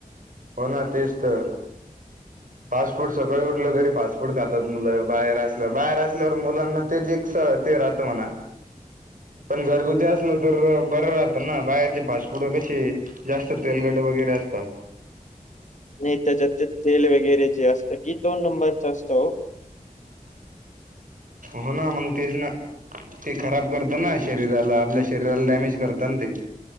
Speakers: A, on the right; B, on the left.
A: हो ना, तेच तर. फास्ट फूड सकाळी उठलं तरी, फास्ट फूड खातात मुलं, बाहेर असलंव बाहेर असल्यावर मुलांना तेच एक- <unintelligible> ते राहत म्हणा.
B: <inaudible>
A: पण घरगुती असलं तर बरं राहतं ना, बाहेरचे फास्टफूड कशी- जास्त तेलकट वगैरे असतात.
B: नाही त्याच्यात ते तेल वगैरे जे असतं की, दोन नंबरच असतं ओ.
A: हो ना, मंग तेच ना. ते खराब करत ना शरीराला, आपल्या शरीराला डॅमेज करत ना ते.